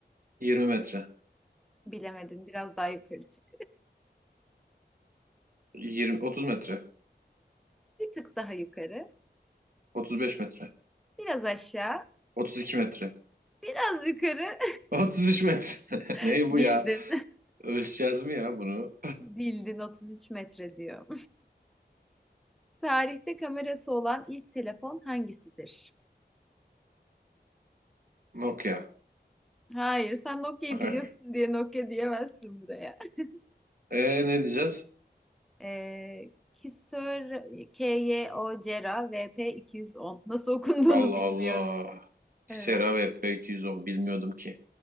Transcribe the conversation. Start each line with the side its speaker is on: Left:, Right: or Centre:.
Right: 20 metre.
Centre: Bilemedin. Biraz daha yukarı çık.
Right: 20, 30 metre.
Centre: Bir tık daha yukarı.
Right: 35 metre.
Centre: Biraz aşağı.
Right: 32 metre.
Centre: Biraz yukarı.
Right: 33 metre.
Centre: <laughs>
Right: <laughs> Ne bu
Centre: Bildin.
Right: ya? Ölçeceğiz mi ya bunu?
Centre: <laughs> Bildin 33 metre diyor. Tarihte kamerası olan ilk telefon hangisidir?
Right: Nokia.
Centre: Hayır, sen Nokia'yı
Right: <laughs>
Centre: biliyorsun diye Nokia diyemezsin buraya. <laughs>
Right: E ne diyeceğiz?
Centre: Ee, Kyocera KYOCERA VP210. Nasıl okunduğunu
Right: Allah
Centre: bilmiyorum.
Right: Allah.
Centre: Evet,
Right: Xera ve F210 bilmiyordum ki.